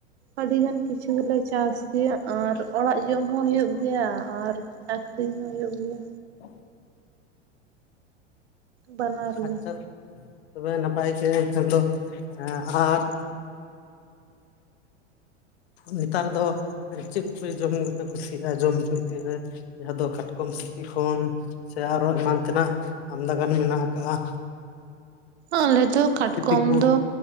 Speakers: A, on the right; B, on the left.
A: ᱟᱹᱰᱤ ᱜᱟᱱ ᱠᱤᱪᱷᱩ ᱜᱮᱞᱮ ᱪᱟᱥ ᱜᱮᱭᱟ ᱟᱨ ᱚᱲᱟᱜ ᱡᱚᱢ ᱦᱚᱸ ᱦᱩᱭᱩᱜ ᱜᱮᱭᱟ᱾ ᱟᱨ ᱟᱹᱠᱷᱨᱤᱧ ᱦᱚᱸ ᱦᱳᱭᱳᱜ ᱜᱮᱭᱟ᱾
B: <inaudible>
A: ᱵᱟᱱᱟᱨ
B: ᱟᱪᱪᱷᱟ
A: ᱜᱮ
B: ᱛᱚᱵᱮ ᱱᱟᱯᱟᱭ ᱜᱮ ᱮᱱᱠᱷᱟᱱ ᱫᱚ ᱟᱨ ᱱᱮᱛᱟᱨ ᱫᱚ ᱪᱮᱫ ᱠᱚᱯᱮ ᱡᱚᱢ ᱜᱮᱯᱮ ᱠᱩᱥᱤᱜᱼᱟ ᱡᱚᱢ ᱵᱷᱤᱛᱤᱨ ᱨᱮ? ᱡᱟᱦᱟ ᱫᱚ ᱠᱟᱴᱠᱚᱢ ᱥᱤᱯᱤ ᱠᱷᱚᱱ᱾ ᱥᱮ ᱟᱨᱚ ᱮᱢᱟᱱ ᱛᱮᱱᱟᱜ ᱟᱢᱫᱟ ᱜᱟᱱ ᱢᱮᱱᱟᱜ ᱠᱟᱜ-ᱟ ᱾
A: ᱟᱞᱮ ᱫᱚ ᱠᱟᱴᱠᱚᱢ
B: ᱠᱚ
A: ᱫᱚ